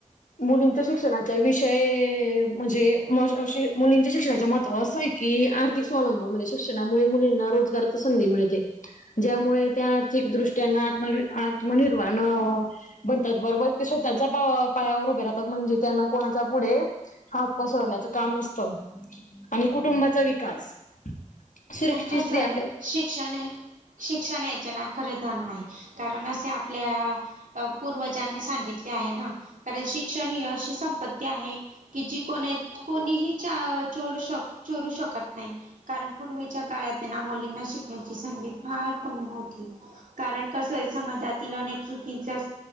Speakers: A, on the left (about 75°); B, on the right (about 85°).
A: मुलींच्या शिक्षणाचा विषय म्हणजे मुलींच्या शिक्षणाच महत्त्व असय की आर्थिक स्वावलंबन म्हणजे शिक्षणामुळे मुलींना रोजगाराची संधी मिळते. ज्यामुळे त्या आर्थिकदृष्ट्यान आत्म आत्मनिर्वाण बनतात, बरोबर ते स्वतःच्या पाय पायावर उभे राहतात, म्हणजे त्यांना कोणाच्या पुढे हात पसरण्याच काम नसत, आणि कुटुंबाचा विकास. सुरक्षित
B: आणि असाय
A: स्त्री आपल्या
B: शिक्षण हे शिक्षणयाच्या ना खरे धन हाय, कारण असे आपल्या अ, पूर्वजांनी सांगितले आहे ना, कारण शिक्षण ही अशी संपत्ती आहे. कि, जी कोण हाईत, कोणीही चोरू शक चोरू शकत नाही, कारण पूर्वीच्या काळात हे ना मुलींना शिकण्याची संधी फार कमी होती. कारण कसं हाय, समाजातील अनेक चुकीच्या